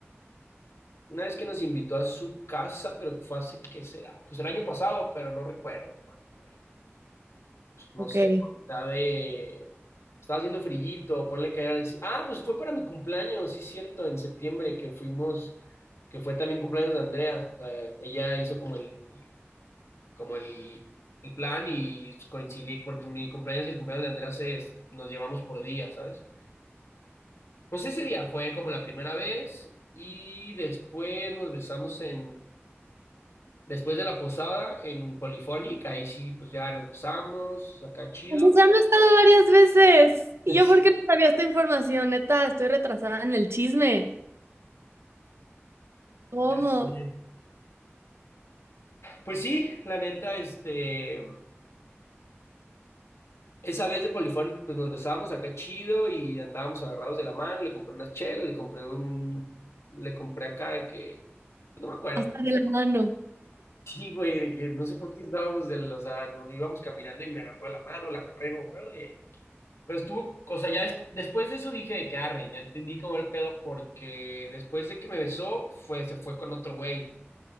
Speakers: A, on the left; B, on the right.
A: Una vez que nos invitó a su casa, pero fue hace, ¿qué será? Pues el año pasado, pero no recuerdo cuándo fue. Pues, no
B: Ok.
A: sé,
B: El...
A: a mitad de... Estaba haciendo frillito, ponle que era el... Ah, pues fue para mi cumpleaños, sí, cierto, en septiembre que fuimos, que fue también cumpleaños de Andrea. O sea, ella hizo como el, como el, el plan y coincidí, porque mi cumpleaños y el cumpleaños de Andrea se, nos llevamos por día, ¿sabes? Pues ese día fue como la primera vez y después nos besamos en... Después de la posada en Polyphonic, ahí sí, pues ya nos besamos, acá chido.
B: Pues, O
A: <laughs>
B: sea, han estado varias veces.
A: Pues,
B: ¿Y yo por qué no sabía esta información? Neta, estoy retrasada en el chisme. ¿Cómo?
A: ya sé. Pues sí, la neta, este, esa vez de Polyphonic, pues nos besamos acá chido y andábamos agarrados de la mano, le compré unas chelas, le compré un, le compré acá de que, pues, no me acuerdo.
B: Hasta de la mano.
A: Sí, güey, de que no sé por qué estábamos del, o sea, no, íbamos caminando y me agarró de la mano, la agarré, no me acuerdo, y Pero estuvo, o sea, ya des- después de eso dije de que arre, ya entendí como el pedo porque después de que me besó, fue, se fue con otro güey.